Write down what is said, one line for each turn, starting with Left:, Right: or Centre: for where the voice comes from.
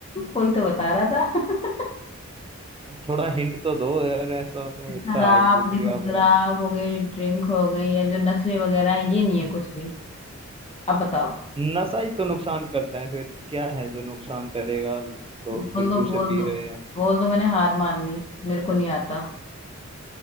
Left: कोई तो बता रहा था <laughs>
Right: थोड़ा हिंट तो दो यार ऐसा तो
Left: शराब
Right: इतना हार्ड पूछ
Left: देखो
Right: लिया
Left: शराब
Right: आपने
Left: हो गई ड्रिंक हो गई या जो नशे वगैरह हैं, ये नहीं है कुछ भी अब बताओ
Right: नशा ही तो नुकसान करता है फिर क्या है जो नुकसान करेगा लोग
Left: बोल
Right: फिर
Left: दो
Right: भी उसे
Left: बोल
Right: पी
Left: दो
Right: रहे हैं
Left: बोल दो मैंने हार मान ली मेरे को नहीं आता